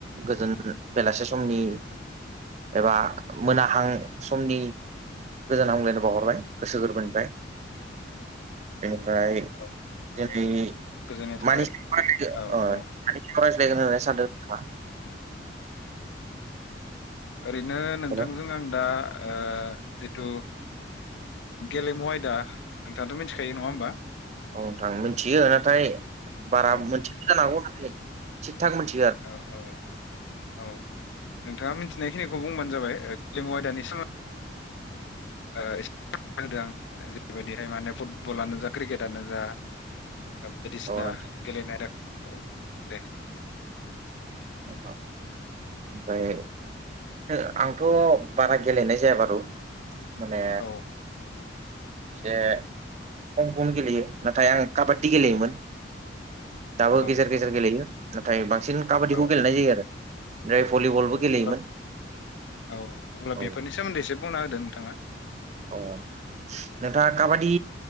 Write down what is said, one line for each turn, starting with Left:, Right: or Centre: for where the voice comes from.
Right: गोजोन बेलासे समनि एबा मोनाहां समनि गोजान हामग्लायनो बावहरबाय गोसो गोरबोनिफ्राय बेनिफ्राय
Left: औ औ
Right: दिनै
Left: गोजोननाय थाबाय
Right: मानि <unintelligible>
Left: औ
Right: अ मानि
Left: औ
Right: सायाव रायज्लायगोन
Left: औ
Right: होननानै सानदों नोंथाङा
Left: ओरैनो नोंथांजों
Right: हेल'
Left: आं दा ओ जिथु गेलेमु आयदा नोंथाङाथ' मिथिखायो नङा होमबा
Right: औ नोंथां मिनथियो नाथाय बारा
Left: औ
Right: मोनथि <unintelligible> जागौ नाथाय थिग थाक मोनथि
Left: औ औ औ नोंथाङा मिथिनायखिनिखौ बुंबानो जाबाय ग्लेमु आयदानि सोमो ओ एसे फोरमायना होदों आं जेरैबायदिहाय माने फुटबलानो जा क्रिकेटानो जा बायदिसिना
Right: औ नोंथां
Left: गेलेनाय आयदाखौ दे
Right: औ फ्राय <unintelligible> आंथ' बारा गेलेनाय बारु माने
Left: औ
Right: इसे खम खम गेलेयो नाथाय आं काबादि गेलेयोमोन दाबो
Left: औ
Right: गेजेर गेजेर गेलेयो नाथाय बांसिन काबादिखौ
Left: औ
Right: गेलेनाय जायो आरो ओमफ्राय भलिबलबो
Left: औ
Right: गेलेयोमोन
Left: अब्ला औ अब्ला
Right: औव
Left: बेफोरनि सोमोन्दै एसे बुंना होदो नोंथांङा
Right: अ नोंथांङा
Left: औ
Right: काबादि